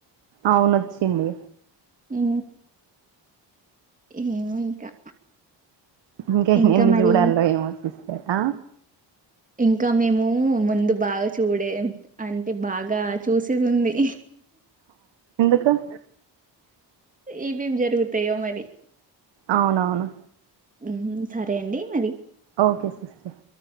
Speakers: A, on the right; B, on the right.
A: అవును వచ్చింది
B: ఉ ఏమో ఇంకా
A: ఇంక
B: ఇంకా
A: ఎన్ని
B: మరి
A: చూడాలో ఏమో సిస్ ఆ
B: ఇంకా మేము ముందు బాగా చూడే అంటే బాగా చూసేది ఉంది
A: క
B: ఏమేమి జరుగుతాయో మరి
A: అవునవును
B: ఊహూ సరే అండి మరి
A: ఓకే సిస్టర్